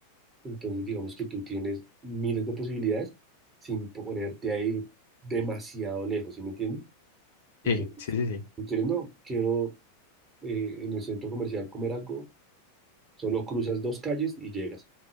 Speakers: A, on the right (about 20°); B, on the left (about 55°).
A: Entonces, digamos que tú tienes miles de posibilidades sin ponerte a ir demasiado lejos, ¿sí me entiendes? Entonces,
B: sí, sí, sí, sí.
A: tú quieres, no, quiero eh, en el centro comercial comer algo, solo cruzas dos calles y llegas.